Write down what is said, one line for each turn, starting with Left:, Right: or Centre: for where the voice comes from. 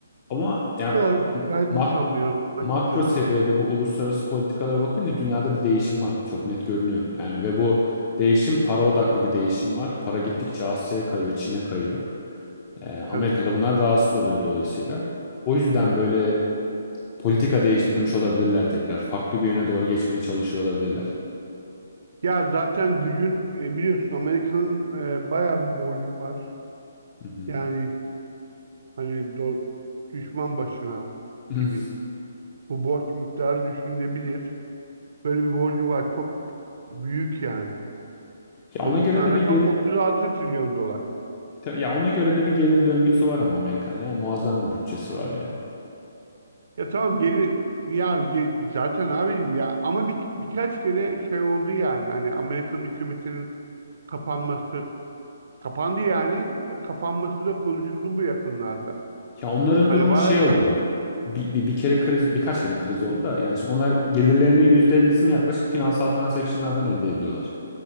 Left: Ama yani
Right: Ya, ben
Left: mak
Right: de sanmıyorum açıkçası
Left: makro seviyede bu uluslararası politikalara bakınca dünyada bir değişim var. Çok net görünüyor. Yani ve bu değişim para odaklı bir değişim var. Para gittikçe Asya'ya kayıyor, Çin'e kayıyor. E, Amerika
Right: tabii.
Left: da bundan rahatsız oluyor dolayısıyla. O yüzden böyle Politika değiştirmiş olabilirler tekrar. Farklı bir yöne doğru geçmeye çalışıyor olabilirler.
Right: Ya zaten gücün e, biliyorsun Amerika'nın e, bayağı bir borcu var.
Left: Hı hı.
Right: Yani hani do- düşman başına
Left: <laughs> Hı.
Right: gibi. Bu borç miktarı düşünülebilir. Böyle bir borcu var. Çok büyük yani.
Left: Ya
Right: Konuşulan
Left: ona göre de
Right: rakam
Left: bir gelir
Right: 36 trilyon dolar.
Left: ya ona göre de bir gelir döngüsü var ama Amerika'nın yani muazzam bir bütçesi var yani.
Right: Ya tamam geri ya ge- zaten abicim ya ama bir, birkaç kere şey oldu yani hani Amerikan hükümetinin kapanması kapandı yani ve kapanması da konuşuldu bu yakınlarda.
Left: Ya onların
Right: Hani
Left: durumu
Right: bazen
Left: şey oluyor. Bir, bir, bir kere kriz birkaç kere kriz oldu da yani şimdi onlar gelirlerinin %50'sini yaklaşık finansal transaction'lardan elde ediyorlar.